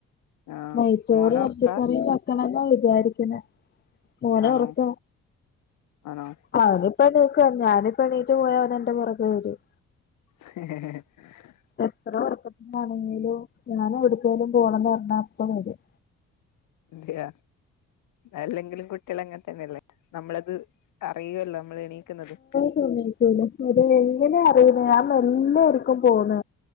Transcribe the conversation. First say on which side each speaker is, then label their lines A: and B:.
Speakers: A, on the left (about 80°); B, on the left (about 35°).
A: ആഹ്
B: നെയ്ച്ചോറ്
A: മോന്
B: ഇറച്ചിക്കറിയും
A: ഒറക്കാ
B: ഉണ്ടാക്കണെന്നാ വിചാരിക്കണേ മോനെ
A: ആണോ
B: ഉറക്ക
A: ആണോ
B: അത് ഇപ്പൊ നീക്കും ഞാനിപ്പോ എണീറ്റ് പോയാ അവൻ എന്റെ പുറകെ വരും
A: ഹ <inaudible>
B: എത്ര ഒറക്കത്തിനാണെങ്കിലും ഞാൻ എവിടക്കെങ്കിലും പോണം എന്ന് പറഞ്ഞ അപ്പ വരും
A: അതെയാ അല്ലെങ്കിലും കുട്ടികളങ്ങനെ തന്നെല്ലേ നമ്മളത് അറിയുവല്ലോ നമ്മൾ എണീക്കുന്നത്
B: ല <inaudible> അതേ എങ്ങനെ അറിയുന്ന ഞാൻ മെലെണിറ്റ് പോന്ന